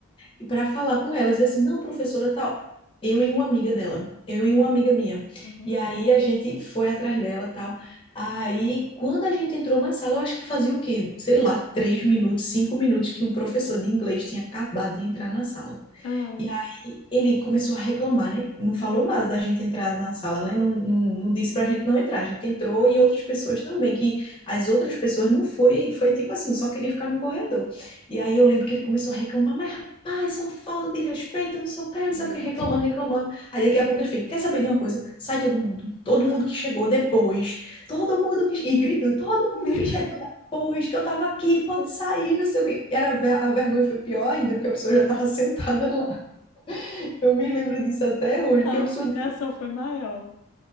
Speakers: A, on the left; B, on the left.
A: E para falar com ela, dizer assim, não, professora, tal, eu e uma amiga dela, eu
B: Uhum.
A: e uma amiga minha.
B: Uhum.
A: E aí a gente foi atrás dela, tal. Aí, quando a gente entrou na sala, eu acho que fazia o quê? Sei lá, três minutos, cinco minutos que um professor de inglês tinha acabado de entrar na sala.
B: Ah,
A: E aí ele começou a reclamar, né? Não falou nada da gente entrar na sala, né? Não, não, não disse pra gente não entrar. A gente entrou e outras pessoas também, que as outras pessoas não foi, foi tipo assim, só queria ficar no corredor. E aí eu lembro que ele começou a reclamar, mas rapaz, só falta de respeito, não sei o que, não
B: meu
A: sei o que, reclamando,
B: Deus.
A: reclamando. Aí daqui a pouco ele fez, quer saber de uma coisa? Sai todo mundo. Todo
B: <gasps>
A: mundo que chegou depois. Todo mundo que... E gritando, todo mundo
B: <laughs> Meu...
A: que chegou depois, que eu tava aqui, pode sair, não sei o que. era, ver- a vergonha foi pior ainda, porque a pessoa já tava <laughs> sentada lá. Eu me lembro disso até hoje, porque
B: A
A: a pessoa,
B: humilhação foi maior.